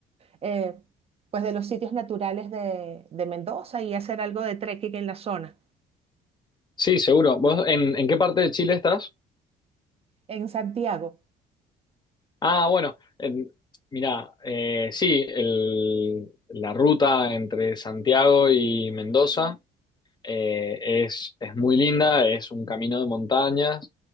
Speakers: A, on the right (about 35°); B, on the left (about 25°).
A: eh, pues de los sitios naturales de, de Mendoza y hacer algo de trekking en la zona,
B: Sí, seguro. ¿Vos en, en qué parte de Chile estás?
A: en Santiago.
B: Ah, bueno, en- mirá, eh, sí, el- la ruta entre Santiago y Mendoza Eh, es, es muy linda, es un camino de montañas.